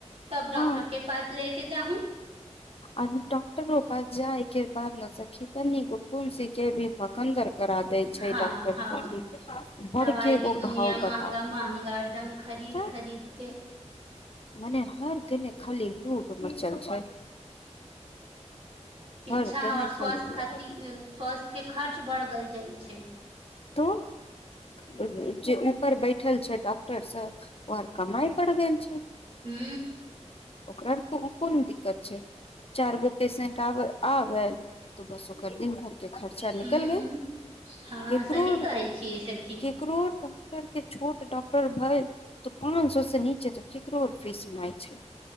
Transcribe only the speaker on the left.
हँ
आ ॉकटर रो जा बाद नुलसी के भी भकन्दर करा देय
छै डॉक्टर
सब भी बड़के
गो
घाव बता
के
तऽ
मने हर घने खाली लूट मचल छै
हर दने
खाली लूट
तू जे ऊपर बैठल छै डॉक्टर सब ओर कमााय पड़ब छै
ओकरा कोन दिक्कत छै चार गो पेसेंट आब आबल तऽ बस ओकर दिन भार खर्चा
निकल गय
ककरो
ककरो ॉक्टर के छोटे डॉक्टर भै तऽ पाँच सए से नीचे तो केकरोर फीस नहि छै